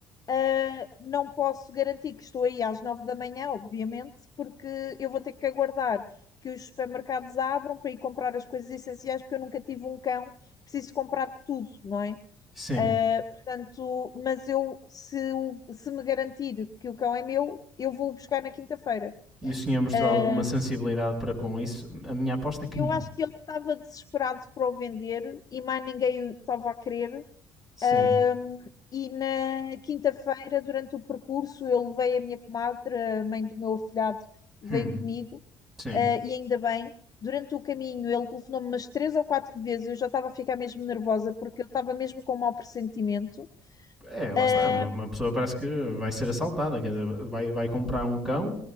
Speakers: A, on the left; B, in the centre.
A: Uh, não posso garantir que estou aí às nove da manhã, obviamente, porque eu vou ter que aguardar que os supermercados abram para ir comprar as coisas essenciais, porque eu nunca tive um cão, preciso comprar tudo, não é?
B: Sim.
A: Uh, portanto, mas eu, se, o- se me garantir que o cão é meu, eu vou o buscar na quinta-feira.
B: E o senhor mostrou
A: Uh,
B: alguma sensibilidade para com isso? A minha aposta é que
A: eu
B: não.
A: acho que ele estava desesperado para o vender e mais ninguém o estava a querer. Um,
B: Sim.
A: e na quinta-feira, durante o percurso, eu levei a minha comadre, a mãe do meu afilhado, veio
B: Hum,
A: comigo,
B: sim.
A: uh, e ainda bem. Durante o caminho, ele telefonou-me umas três ou quatro vezes. Eu já estava a ficar mesmo nervosa porque eu estava mesmo com um mau pressentimento.
B: É, lá
A: Ah,
B: está. Uma, uma pessoa parece que vai ser assaltada. Quer dizer, vai, vai comprar um cão,